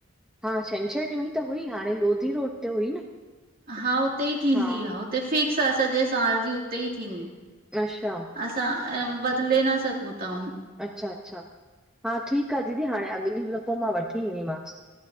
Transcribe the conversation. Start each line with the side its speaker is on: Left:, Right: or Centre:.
Centre: हा छंछरु ॾीं ई त हुई हाणे लोधी रोड ते हुई न।
Right: हा हुते ई थींदी
Centre: हा
Right: आह हुते फिक्स आह सॼे साल जी उते ई थींदी।
Centre: अच्छा।
Right: असां बदले न सघूं ता
Centre: अच्छा अच्छा हा ठीक आह दीदी हाणे अॻली दफ़ो मां वठी ईंदीमांस।